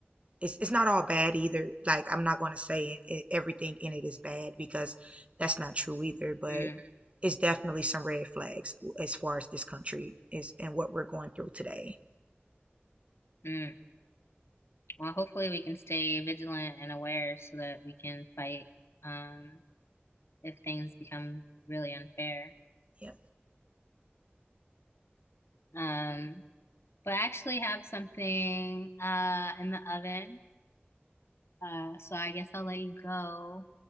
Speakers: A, on the right; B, on the left.
A: it's it's not all bad either. Like I'm not going to say it, everything in it is bad because that's not true either, but
B: hmm
A: it's definitely some red flags as far as this country is and what we're going through today.
B: hmm Well, hopefully we can stay vigilant and aware so that we can fight um, if things become really unfair.
A: Yeah.
B: Um, but I actually have something uh in the oven. Uh, so I guess I'll let you go.